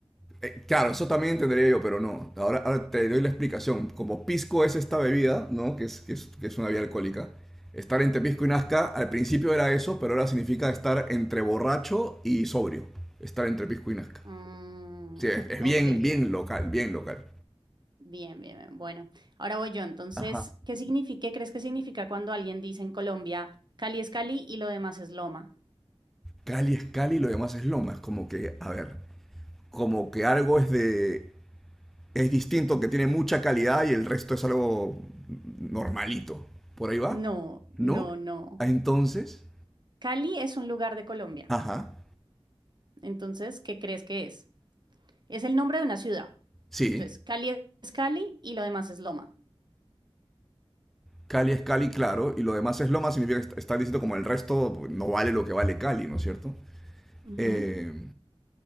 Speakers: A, in the centre; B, on the right.
A: Eh, claro, eso también entendería yo, pero no. Ahora, ahora te doy la explicación. Como pisco es esta bebida, ¿no? Que es, que es, que es una bebida alcohólica. Estar entre pisco y nazca, al principio era eso, pero ahora significa estar entre borracho y sobrio. Estar entre pisco y nazca.
B: Mm,
A: Sí, es, es bien,
B: ok,
A: bien local, bien local.
B: bien, bien, bien. Bueno, ahora voy yo. Entonces,
A: Ajá.
B: ¿qué significa, qué crees que significa cuando alguien dice en Colombia, Cali es Cali y lo demás es Loma?
A: Cali es Cali y lo demás es Loma. Es como que, a ver, como que algo es de es distinto, que tiene mucha calidad y el resto es algo normalito. ¿Por ahí va?
B: No, no,
A: ¿No?
B: no.
A: Ah, Entonces,
B: Cali es un lugar de Colombia.
A: ajá,
B: Entonces, ¿qué crees que es? Es el nombre de una ciudad.
A: sí.
B: Entonces, Cali es Cali y lo demás es Loma.
A: Cali es Cali, claro, y lo demás es Loma, significa que est- está diciendo como el resto no vale lo que vale Cali, ¿no es cierto?
B: Ujú.
A: Eh,